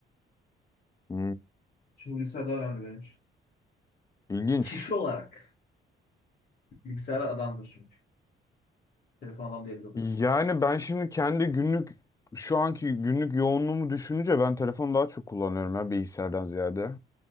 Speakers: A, on the left; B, on the left.
A: Hmm.
B: Çünkü bilgisayar daha önemli benim için.
A: İlginç.
B: Kişi olarak bilgisayar adamdır çünkü. Telefon adam değildir o kadar.
A: Yani ben şimdi kendi günlük şu anki günlük yoğunluğumu düşününce ben telefonu daha çok kullanıyorum ya bilgisayardan ziyade.